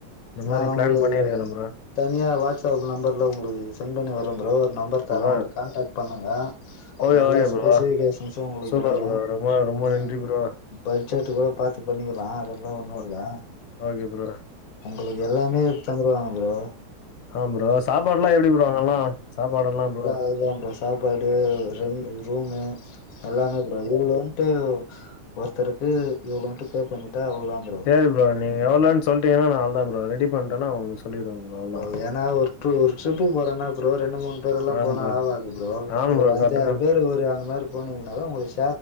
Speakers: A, on the left; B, on the left.
A: இந்த
B: நா
A: மாரி
B: உங்களுக்கு
A: பிளான் பண்ணிருக்குறே ப்ரோ
B: தனியா வாட்ஸ்அப் நம்பர்ல உங்களுக்கு சென்ட் பண்ணி விட்றே ப்ரோ நம்பர் தரே
A: ஓ
B: அத கான்டாக்ட் பண்ணுங்க
A: ஓகே
B: எல்லா
A: ஓகே
B: ஸ்பெசிஃபிகேஷன்ஸு
A: ப்ரோ
B: உங்களுக்கு
A: சூப்பர்
B: கெடைக்கு
A: ப்ரோ ரொம்ப ரொம்ப
B: என்னா
A: நன்றி ப்ரோ
B: இப்ப அஞ்சாயிர்த்தக்கூட பாத்து பண்ணிக்கிர்லா அதெல்லா ஒன்னு
A: ஓ
B: இல்ல
A: ஓகே ப்ரோ
B: ஒங்களுக்கு எல்லாமே தந்துருவாங்க ப்ரோ
A: ஆ ப்ரோ சாப்பாடுலா எப்டி ப்ரோ அங்கலா சாப்பாடெல்லா ப்ரோ
B: ஓகேதா ப்ரோ சாப்பாடு ரெண்டு ரூமு எல்லாமே ப்ரோ இவ்ளோன் ட்டு ஒருத்தருக்கு இவ்ளோன்ட்டு பே பண்ணிட்டா அதோட அங்
A: சேரி ப்ரோ நீங்க எவ்ளோனு சொல்ட்டீங்கனா நா அவ்ளதா ப்ரோ ரெடி பண்ட்டனா உங்களுக்கு சொல்லிருவே ப்ரோ அவ்ளதா
B: ஏ ஏனா ஒரு டூர் ஒரு ட்ரிப்பு போறேனா ப்ரோ ரெண்டு மூணு பேரெல்லா
A: ஆம்
B: போனா
A: ப்ரோ
B: ஆவாது ப்ரோ
A: ஆம்
B: ஒரு
A: ப்ரோ
B: அஞ்சாறு
A: கரெக்ட்டு
B: பேரு கீரு அந்த மாதிரி போனீங்கனா தா உங்களுக்